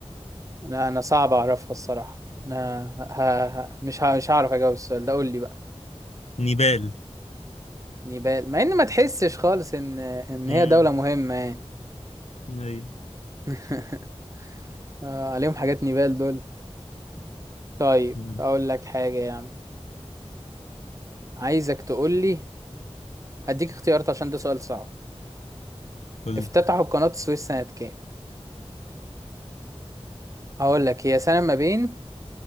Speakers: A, on the right; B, on the left.
A: لا انا صعب اعرفها الصراحة انا ه... ه... ه- مش ه... مش هعرف اجاوب السؤال ده قول لي بقى
B: نيبال
A: نيبال مع ان ما تحسش خالص ان ان
B: امم
A: هي دولة مهمة يعني
B: ايوه
A: <laughs> آه، عليهم حاجات نيبال دول طيب
B: مم.
A: اقول لك حاجة يا عم عايزك تقول لي هديك اختيارات عشان ده سؤال صعب
B: قول
A: افتتحوا قناة السويس سنة كام هقول لك هي سنة ما بين